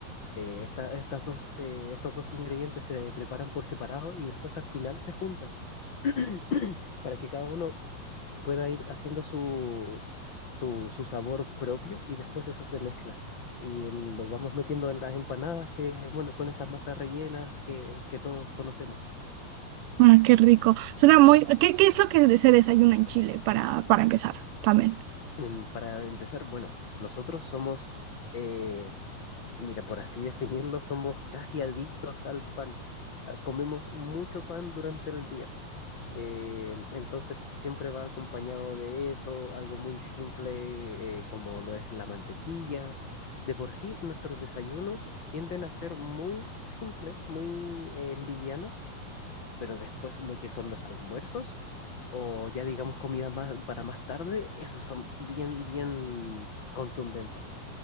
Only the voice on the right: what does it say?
Ah, qué rico. Suena muy... ¿Qué, qué es lo que se desayuna en Chile para, para empezar también?